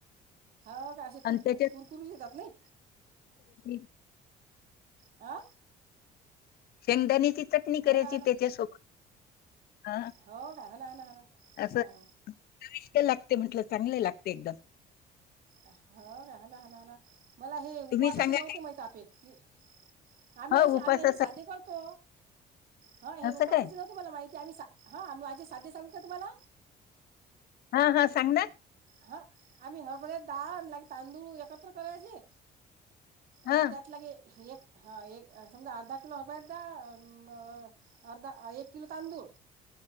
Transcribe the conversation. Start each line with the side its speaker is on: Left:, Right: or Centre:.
Right: हो का असे कुरपु
Left: आणि त्यांच्या
Right: कुरकुरीत येतात नाही
Left: <inaudible>
Right: आ
Left: शेंगदाणीची चटणी करायची
Right: ना हा ना
Left: त्यांच्या सोबत हा
Right: हो का हा ना हा ना हा ना
Left: असे
Right: हां हां
Left: चविष्ट लागतो ते म्हटलं चांगले लागते एकदम
Right: ह का हणा हणा हणा मला हे उपवासाचे
Left: तुम्ही सांगा
Right: नव्हते माहित आपपे मी आम्ही
Left: हो
Right: अ
Left: उपासासाठी
Right: आम्ही अ साधे करतो हा हे
Left: असं
Right: उपवासाचे
Left: काय?
Right: नव्हते मला माहिती आम्ही हा आम्ही माझे साध्य सांगू का तुम्हाला
Left: हा हा सांग ना
Right: हा आम्ही हरभऱ्याची डाळ तांदूळ एकत्र करायचीे अ
Left: हां,
Right: त्यात लागे एक हा एक समजा अर्धा किलो हरभऱ्याची डाळ अर्धा एक किलो तांदूळ